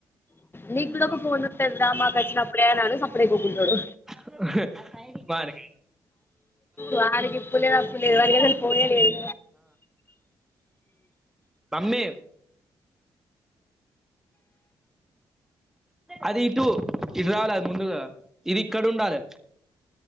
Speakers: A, on the left (about 25°); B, in the centre.
A: నీకూడ ఒక ఫోన్ వత్తందా మాకు వచ్చినప్పుడే అని సప్పుడేకుకుంటాడు
B: అ బరిగి
A: వారికి ఇప్పులేదు అప్పు లేదు వరక ఏద పోయలేదు
B: మమ్మే అది ఇటు ఇటు రవాలి అది ముందుగా ఇది ఇక్కడ ఉండాలి.